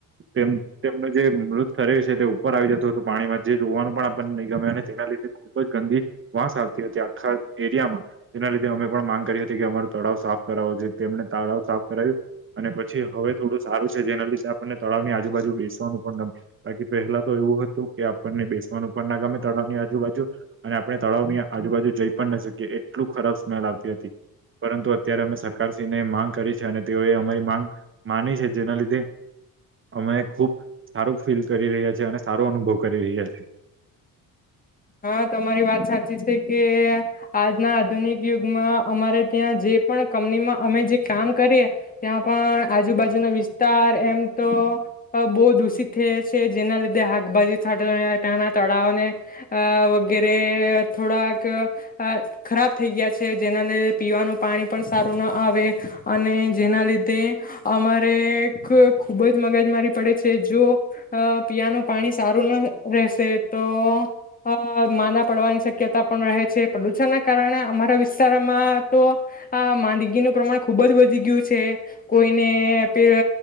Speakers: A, on the right; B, on the left.
A: તેમ તેમનું જે મૃત કરે છે તે ઉપર આવી જતું હતું પાણીમાં, જે જોવાનું પણ આપને નહીં ગમે અને તેના લીધે ખુબ જ ગંદી વાસ આવતી હતી આખા એરિયામાં. જેના લીધે અમે પણ માંગ કરી હતી કે અમારો તળાવ સાફ કરાવો જે તેમને તળાવ સાફ કરાવ્યું અને પછી હવે થોડું સારું છે જેના લીધે આ આપણને તળાવની આજુબાજુ બેસવાનું પણ ગમે, બાકી પહેલા તો એવું હતું કે આપણને બેસવાનું પણ ના ગમે તળાવની આજુબાજુ અને આપણે તળાવની આજુબાજુ જઈ પણ ન શકીએ, એટલું ખરાબ સ્મેલ આવતી હતી, પરંતુ અત્યારે અમે સરકારશ્રીને માંગ કરી છે અને તેઓએ અમારી માંગ માની છે. જેના લીધે અમે ખૂબ સારું ફીલ કરી રહ્યા છીએ, અને સારો અનુભવ કરી રહ્યા છીએ.
B: હા તમારી વાત સાચી છે, કે આજના આધુનિક યુગમાં અમારે ત્યાં જે પણ કંપનીમાં અમે જે કામ કરીએ ત્યાં પણ આજુબાજુના વિસ્તાર એમ તો બહુ અહ દૂષિત થયે છે જેના લીધે હકભાજી <unintelligible> ત્યાંના તળાવને અહ વગેરે થોડાક અહ ખરાબ થઈ ગયા છે. જેના લીધે પીવાનું પાણી પણ સારું ન આવે અને જેના લીધે અમારે ખ ખૂબ જ મગજમારી પડે છે. જો અહ પીવાનું પાણી સારું ન રહેશે તો અહ માંદા પડવાની શક્યતા પણ રહે છે. પ્રદૂષણના કારણે અમારા વિસ્તારમાં તો માંદગીનું અહ પ્રમાણ ખૂબ જ વધી ગયું છે. કોઈને પે